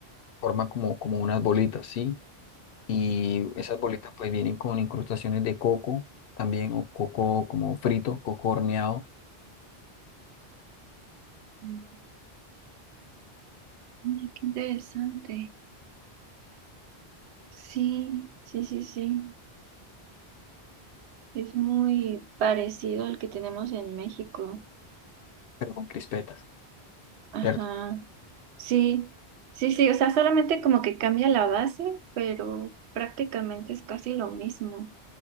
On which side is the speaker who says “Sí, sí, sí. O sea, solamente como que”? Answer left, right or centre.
Right